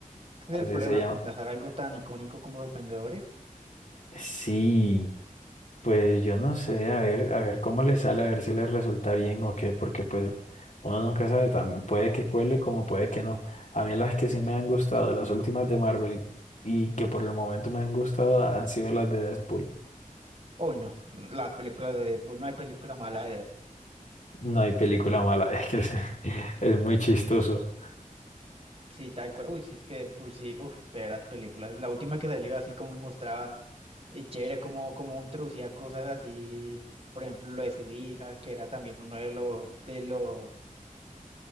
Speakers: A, on the right; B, on the left.
A: es
B: Así
A: el problema,
B: se llama.
A: reemplazar algo tan icónico como los Vengadores.
B: Sí, pues yo no sé, a ver, a ver cómo les sale, a ver si les resulta bien o qué, porque pues uno nunca sabe, también puede que cuele como puede que no. A mí las que sí me han gustado, las últimas de Marvel y que por el momento me han gustado, han sido las de Deadpool.
A: Hoy no, las películas de Deadpool, no hay película mala de Deadpool.
B: No hay película mala, <laughs> es que es, <laughs> es muy chistoso.
A: Sí, tal cual. Uy, sí, es que Deadpool, sí, uf, de las películas. La última que salió así como mostraba, y chévere, como, como introducía cosas así, por ejemplo, lo de su hija, que era también uno de los, de los,